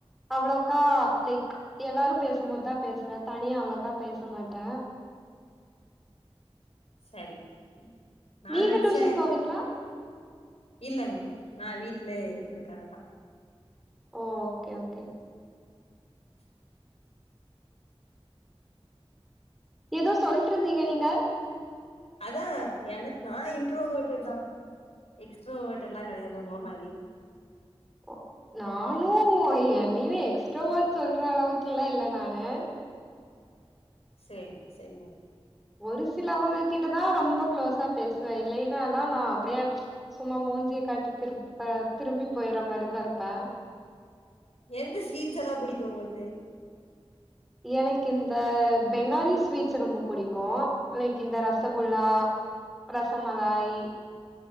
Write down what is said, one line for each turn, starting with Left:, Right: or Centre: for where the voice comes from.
Centre: அவ்ளோக்கா லைக் எல்லாரு பேசும்போது தா பேசுவ தனிய அவ்ளோக்கா பேச மாட்ட <inaudible>
Left: செரிங் நா
Centre: நீங்க
Left: நெனைச்ச
Centre: டியூஷன் போவீங்களா
Left: இல்லங்க நா வீட்லயே இருந்துக்கிறதுதா
Centre: ஓ ஓகே ஓகே
Left: <unintelligible>
Centre: ஏதோ சொல்ட்டு இருந்தீங்க நீங்க
Left: அதா எனக்கு நா இன்ட்ரோவோட்டர் தா எக்ஸ்ட்ராவோட்டர் எல்லா கெடையாது உங்கள மாதிரி
Centre: ஒ நானு என்னயு எக்ஸ்ட்ராவோட் சொல்ற அளவுக்கெல்லா இல்ல நானு
Left: சேரிங் சேரிங்
Centre: ஒரு சில அவங்க கிட்டதா ரொம்ப குளோஸா பேசுவே இல்லைன்னா நா அப்டியே சும்மா மூஞ்சிய காட்டி திரு திரும்பி போய்ற மாதிரிதா இருப்ப
Left: எந்த ஸ்வீட்ஸ் எல்லா புடிக்கு உங்ளுக்கு
Centre: எனக்கு இந்த பெங்காலி ஸ்வீட்ஸ் ரொம்ப பிடிக்கு லைக் இந்த ரசகுல்லா ரசமலாய்